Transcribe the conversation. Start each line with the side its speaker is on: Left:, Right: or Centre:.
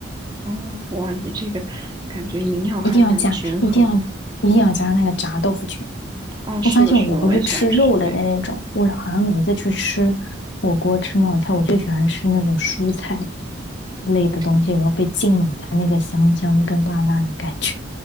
Right: 哦，哇，你这个感觉营养还蛮均衡的。
Left: 一定要加，一定要一定要加那个炸豆腐卷。
Right: 啊！是的，
Left: 我发现我不是吃肉类的那种，
Right: 是的，我也喜欢吃那个。
Left: 我好像每次去吃火锅、吃冒菜，我最喜欢吃那种蔬菜类的东西，
Right: 嗯，
Left: 然后被浸满它那个香香跟辣辣的感觉。